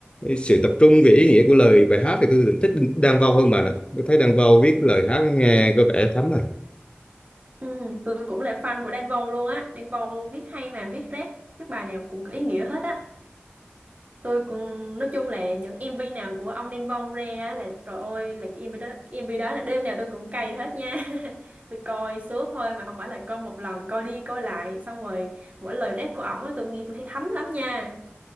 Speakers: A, on the left; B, on the right.
A: sự tập trung về ý nghĩa của lời bài hát thì tôi thích Đan Vâu hơn bạn ạ tôi thấy Đan Vâu viết lời hát nghe có vẻ thấm à
B: Ừ, tôi cũng là fan của Đan Vâu luôn á Đan Vâu viết hay mà viết rap viết bài nào cũng có ý nghĩa hết á tôi cũng nói chung là những MV nào của ông Đan Vâu ra á là trời ơi là cái MV đó cái MV đó là đêm nào tôi cũng cày hết nha <laughs> tôi coi suốt thôi mà không phải là coi một lần coi đi coi lại xong rồi mỗi lời rap của ổng á tôi nghe tôi thấy thấm lắm nha